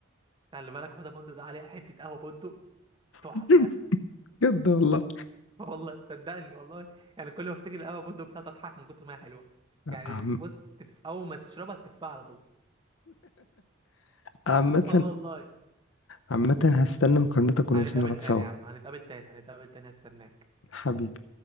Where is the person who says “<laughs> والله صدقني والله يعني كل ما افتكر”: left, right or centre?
Right